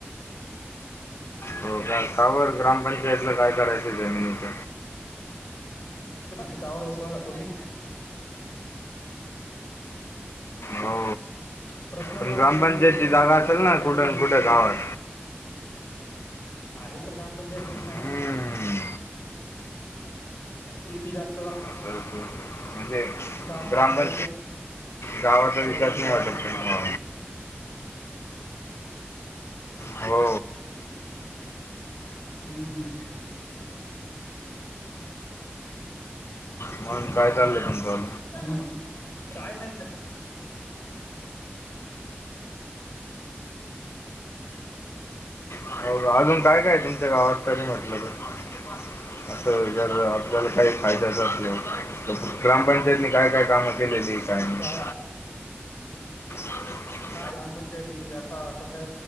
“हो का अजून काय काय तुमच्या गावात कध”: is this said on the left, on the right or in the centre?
Left